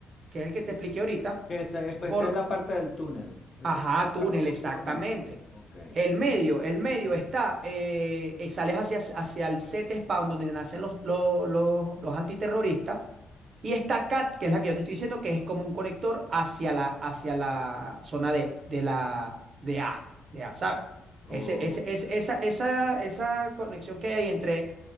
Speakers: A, on the right; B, on the left.
A: que es el que te expliqué ahorita,
B: Que esa, es- pues,
A: por
B: esa es la parte del túnel. Esa
A: Ajá,
B: es la que entras
A: túnel,
B: como
A: exactamente.
B: túnel. Ok,
A: El medio, el medio está, eh, eh, sales hacia, hacia el set spawn donde nacen los, los, los- los antiterroristas, y está CAT, que es la que yo te estoy diciendo, que es como un conector hacia la, hacia la zona de, de la de A, de A, ¿sabes?
B: ok.
A: Ese, ese, es- esa, esa, esa conexión que hay entre